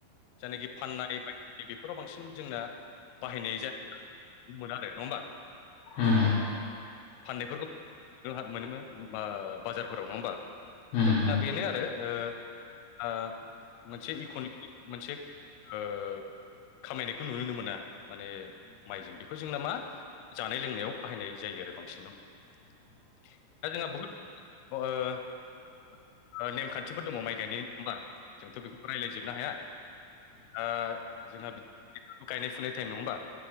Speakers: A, on the left; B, on the left.
A: जायनाखि फाननाय बायनाय बेफोराव बांसिन जोंना बाहायनाय जा जादों बुंमोन आरो नङा होमबा
B: <unintelligible>
A: फाननायफोरखौ जोंहा मोनोमोन ओ बाजारफोराव नङा होमबा
B: उम उम
A: दा बेनो आरो ओ ओ मोनसे इक'नमि मोनसे ओ खामायनायखौ नुनोनो मोना माने माइजों बेखौ बेखौ जोंना मा जानाय लोंनायाव बाहायनाय जायो आरो बांसिन दा जोंहा बहुत ओ नेम खानथिफोर दङ माइ गायनायनि होमबा जोंथ' बेखौ रायलायजोबनो हाया ओ जोंहा <unintelligible> गायनाय फुनाय टाइम नङा होमबा